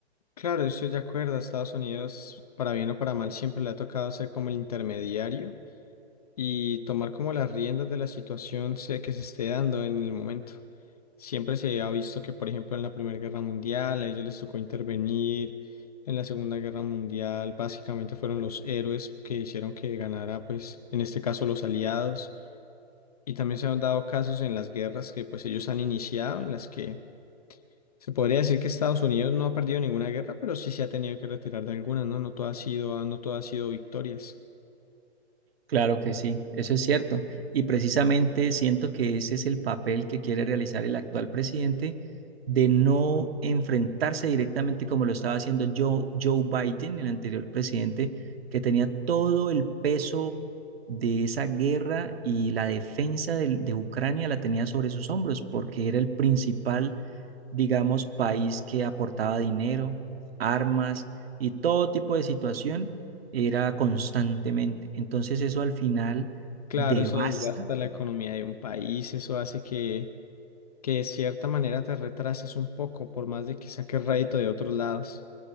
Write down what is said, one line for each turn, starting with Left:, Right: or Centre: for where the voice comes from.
Left: Claro, yo estoy de acuerdo. A Estados Unidos, para bien o para mal, siempre le ha tocado ser como el intermediario y tomar como las riendas de la situación se- que se esté dando en el momento. Siempre se ha visto que, por ejemplo, en la Primera Guerra Mundial, a ellos les tocó intervenir. En la Segunda Guerra Mundial, básicamente fueron los héroes que hicieron que ganara, pues, en este caso, los aliados. Y también se han dado casos en las guerras que, pues, ellos han iniciado, en las que se podría decir que Estados Unidos no ha perdido ninguna guerra, pero sí se ha tenido que retirar de alguna, ¿no? No todo ha sido, ah, no todo ha sido victorias.
Right: Claro que sí, eso es cierto. Y precisamente siento que ese es el papel que quiere realizar el actual presidente de no enfrentarse directamente como lo estaba haciendo Joe, Joe Biden, el anterior presidente, que tenía todo el peso de esa guerra y la defensa del- de, Ucrania la tenía sobre sus hombros porque era el principal digamos, país que aportaba dinero, armas y todo tipo de situación era constantemente. Entonces eso al final
Left: Claro,
Right: devasta.
Left: eso desgasta la economía de un país, eso hace que, que de cierta manera te retrases un poco, por más de que saques rédito de otros lados.